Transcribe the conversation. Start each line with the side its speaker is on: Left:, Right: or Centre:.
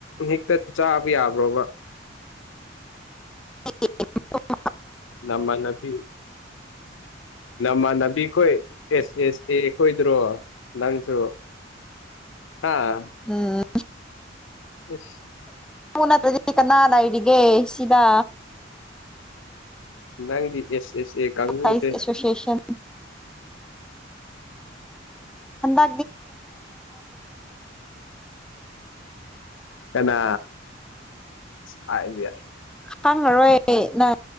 Left: ꯍꯦꯛꯇ ꯆꯥꯕ ꯌꯥꯕ꯭ꯔꯣꯕ
Centre: <inaudible>
Left: ꯅꯃꯅꯄꯤ ꯅꯃ ꯅꯕꯤꯈꯣꯏ ꯑꯦꯁ ꯑꯦꯁ ꯑꯦ ꯀꯣꯏꯗ꯭ꯔꯣ ꯅꯪꯁꯨ ꯍꯥꯥ
Centre: ꯎꯝ
Left: ꯈꯁ
Centre: ꯅꯠꯇ꯭ꯔꯗꯤ ꯀꯅꯥ ꯂꯏꯒ ꯁꯤꯗ
Left: ꯅ ꯑꯦꯁ ꯑꯦꯁ ꯑꯦ ꯀꯥꯒꯨꯁ
Centre: ꯑꯦꯁꯣꯁꯤꯌꯦꯁꯟ ꯍꯟꯗ
Left: ꯀꯅꯥ ꯍꯥꯏꯕꯤ
Centre: ꯈꯪꯉꯔꯣꯏ ꯅꯪ